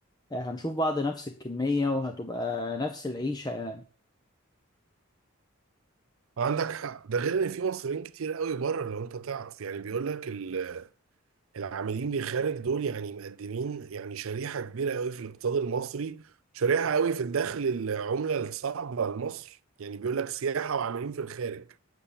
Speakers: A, on the left (about 20°); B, on the right (about 75°).
A: آه، هنشوف بعض نفس الكميه وهتبقى نفس العيشه
B: عندك حق ده غير ان في مصريين كتير قوي بره لو انت تعرف يعني بيقول لك ال- العاملين بالخارج دول يعني مقدمين يعني شريحة كبيرة قوي في الاقتصاد المصري شريحة قوي في الدخل العملة الصعبة لمصر يعني بيقول لك سياحة وعاملين في الخارج